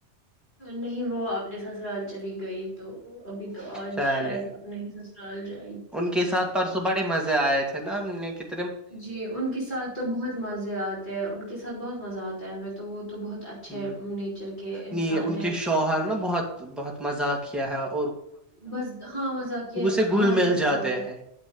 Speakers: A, on the left (about 45°); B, in the centre.
A: نہیں وہ آنے سسرال چلی گئی تو ابھی تو آج
B: چلے
A: شاید اپنے حساب سے ال جائے <inaudible>
B: ان کے ساتھ پرسوں بڑے مز آئے تھے نا ہم نے کنے <unintelligible>
A: جی ان کے ساتھ تو بہت مزے آتے ہیں ان کے ساتھ بہت مزہ آتا ہے ہمیں تو وہ <unintelligible> اچھے
B: ہ
A: نیچر کے انسان
B: نہیں ان
A: ہے
B: کے شوہر نا بہت بہت مذاق ہی کیا ہےا <unintelligible>
A: بس ہاں مذاق
B: سے
A: ہاں
B: گھل
A: ہم
B: مل
A: مزا
B: جاتے
A: ج
B: ہیں